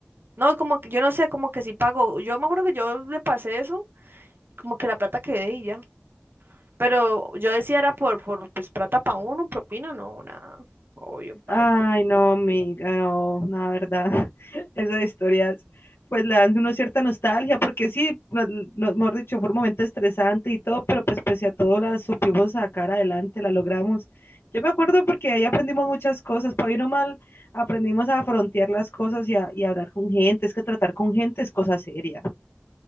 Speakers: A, on the right; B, on the left.
A: No, como que yo no sé, como que si pago. Yo me acuerdo que yo le pasé eso, como que la plata quedé y ya. Pero yo decía era por, por pues plata para uno, propina, no, nada. Obvio, pay.
B: Ay, no, amiga, no, no, la verdad, <laughs> esas historias pues le dan una cierta nostalgia, porque sí, no, no, mejor dicho, fue un momento estresante y todo, pero pues pese a todo la supimos sacar adelante, la logramos. Yo me acuerdo porque ahí aprendimos muchas cosas, para bien o mal, aprendimos a frontear las cosas y a, y a hablar con gente, es que tratar con gente es cosa seria.